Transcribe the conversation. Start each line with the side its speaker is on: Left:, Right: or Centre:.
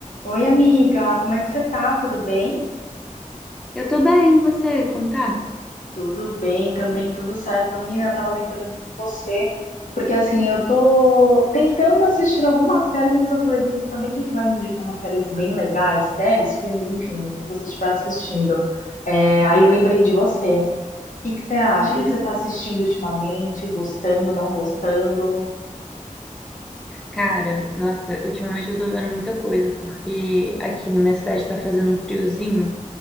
Left: Oi, amiga, como é que você tá? Tudo bem?
Centre: Eu tô bem, e você? Como tá?
Left: Tudo bem também, tudo certo. Ô, Menina, eu tava lembrando de você, porque assim, eu tô tentando assistir algumas séries, mas eu falei, putz, sabe quem que vai me indicar umas séries bem legais? Séries, filmes, enfim, o que você estiver assistindo. É, aí eu lembrei de você. O que que você acha?
Centre: Hum,
Left: O que que você tá assistindo ultimamente? Gostando, não gostando?
Centre: cara, nossa, ultimamente eu tô vendo muita coisa, porque aqui na minha cidade tá fazendo um friozinho